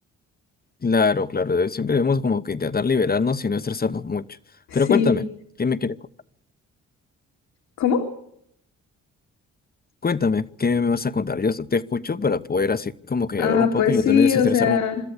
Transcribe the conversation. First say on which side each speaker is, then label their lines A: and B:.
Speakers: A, on the left; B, on the left.
A: Claro, claro, de- siempre debemos como que intentar liberarnos y no estresarnos mucho.
B: Sí,
A: Pero cuéntame, ¿qué me quieres contar?
B: ¿cómo?
A: Cuéntame, ¿qué me vas a contar? Yo te escucho para poder así como que
B: Ah,
A: hablar un poco
B: pues
A: y yo
B: sí,
A: también desestresarme
B: o sea,
A: un